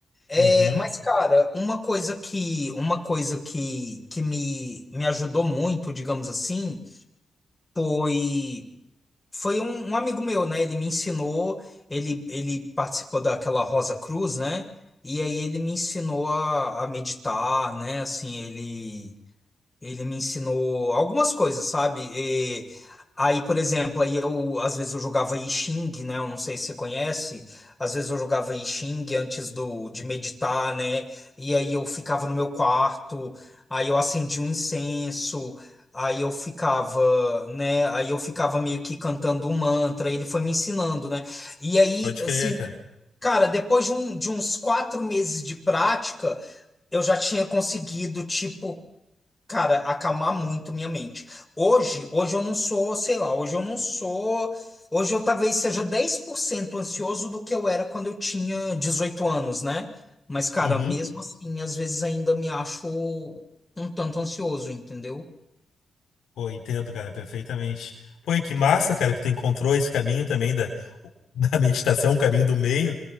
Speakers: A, on the left; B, on the left.
A: É,
B: Uhum.
A: mas, cara, uma coisa que, uma coisa que, que me, me ajudou muito, digamos assim, foi. Foi um, um amigo meu, né? Ele me ensinou, ele, ele participou daquela Rosa Cruz, né? E aí ele me ensinou a, a meditar, né? Assim, ele. Ele me ensinou algumas coisas, sabe? E aí, por exemplo, aí eu às vezes eu jogava I Ching, né? Eu não sei se você conhece. Às vezes eu jogava I Ching antes do de meditar, né? E aí eu ficava no meu quarto, aí eu acendia um incenso, aí eu ficava, né? Aí eu ficava meio que cantando um mantra. Ele foi me ensinando, né? E aí,
B: Pode
A: assim,
B: crer, cara.
A: cara, depois de, um- de uns quatro meses de prática eu já tinha conseguido, tipo, Cara, acalmar muito minha mente. Hoje, hoje eu não sou, sei lá, hoje eu não sou. Hoje eu talvez seja 10% ansioso do que eu era quando eu tinha 18 anos, né? Mas, cara,
B: Uhum.
A: mesmo assim, às vezes ainda me acho um tanto ansioso, entendeu?
B: Pô, entendo, cara, perfeitamente. Pô, e que massa, cara, que tu encontrou esse caminho também da, <laughs> da meditação, o caminho do meio.